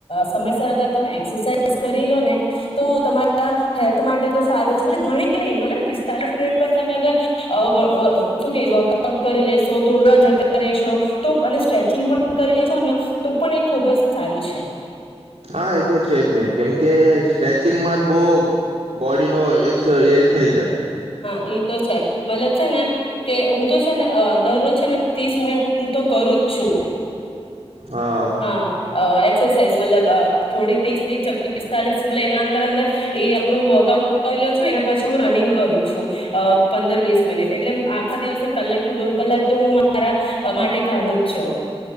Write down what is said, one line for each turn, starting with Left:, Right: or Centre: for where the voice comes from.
Left: સમયસર અગર તમે એક્સરસાાઈઝ કરી લો ને તો તમારા હેલ્થ માટે તો સારું છે ઘણી નહી મતલબ પિસ્તાલીસ મિનિટ પણ તમે અગર. આવ શું કે વર્કઆઉટ કરી લેશો દોડવા જતા રહેશો તો અને સ્ટ્રેચિંગ પણ કરી લેશોને તો પણ એ ખૂબ જ સારું છે.
Right: હા એ તો છે જ નહી. કેમ કે સ્ટ્રેચિંગમાં જ. બો. બોડી નો એસ એ થઈ જાય.
Left: એ તો છે મતલબ છે ને કે હું તો છે ને દરરોજ છે ને ત્રીસ મિનિટ હ તો કરું જ છું.
Right: હા
Left: હા એક્સરસાાઈઝ મતલબ થોડી. ત્રીસ છવ્વીસ પીસ્તાલીસ મત એના અંદર-અંદર એ આપું વર્કઆઉટ કરી લઉં છું એના પછી હું રનિંગ કરું છું. અ પંદર વીસ મિનિટ એટલે આખા દિવસ કલાક ટુ દોઢ કલાક તો હું મારા માટે કાઢું જ છું.